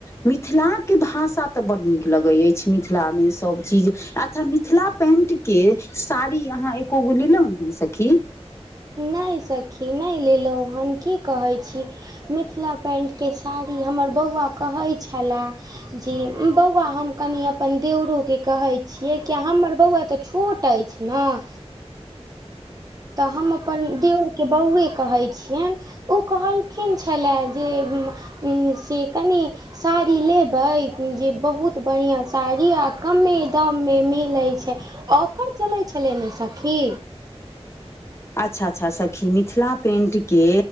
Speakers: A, on the left; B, on the right.
A: मिथिला के भाषा तऽ बड्ड नीक लगैय अइछ मिथिला मे सब चीज अच्छा मिथिला। पेंट के साड़ी अहाँ एको गो लेलहु है सखी।
B: नैई सखी नैइ लेलहुँ हन की कहैय छी। मिथिला पेंटके साड़ी हमर बौआ कहै छेला। जी बौआ हम कनि अपन देउरोके कहै छियै किया हमर बौआ तऽ छोट अइछ न तऽ हम अपन दीऔर के बौउवे कहै छियनि ओ कहलखिन छेला जे म्म से कनी साड़ी लेबै जे बहुत बढ़िआँ साड़ी आ कमे दाममे मिलै छै। ऑफर चलै छैलय ने सखी।
A: अच्छा अच्छा सखी मिथिला पेंट के